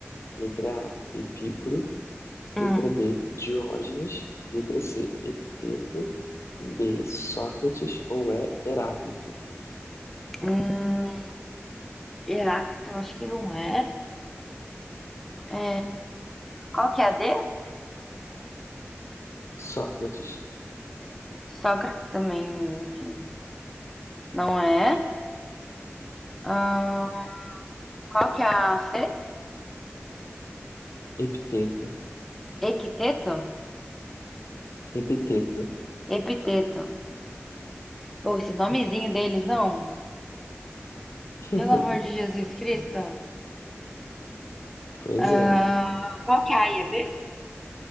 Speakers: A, on the left; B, in the centre.
A: Letra A, Epícoro.
B: hum,
A: Letra B, Diógenes. Letra C, Epiteto. D, Sócrates ou é Heráclito?
B: hum. Heráclito, eu acho que não é. É, Qual que é a D?
A: Sócrates,
B: Sócrates também, enfim, não é. Ahn, Qual que é a C?
A: Epiteto,
B: Equiteto?
A: Epiteto.
B: Epiteto. Ou esse nomezinho deles, não?
A: <laughs>
B: Pelo amor de Jesus Cristo.
A: Pois
B: Ah,
A: é.
B: qual que é a IAB?